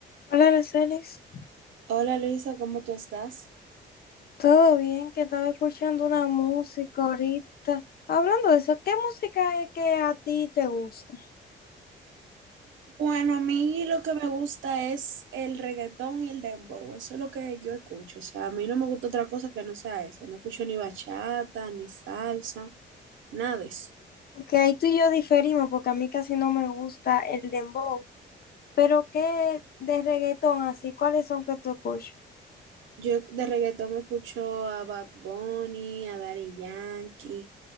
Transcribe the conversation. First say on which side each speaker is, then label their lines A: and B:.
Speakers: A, on the left (about 50°); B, on the right (about 75°).
A: Hola, Aracelis.
B: Hola Luisa, ¿cómo tú estás?
A: ¿Todo bien? Que estaba escuchando una música ahorita. Hablando de eso, ¿qué música es que a ti te gusta?
B: Bueno, a mí lo que me gusta es el reggaetón y el dembow, eso es lo que yo escucho, o sea, a mí no me gusta otra cosa que no sea eso, no escucho ni bachata, ni salsa, nada de eso.
A: Porque ahí tú y yo diferimos, porque a mí casi no me gusta el dembow. Pero ¿qué de reggaetón así? ¿Cuáles son que tú escuchas?
B: Yo de reggaetón escucho a Bad Bunny, a Daddy Yankee,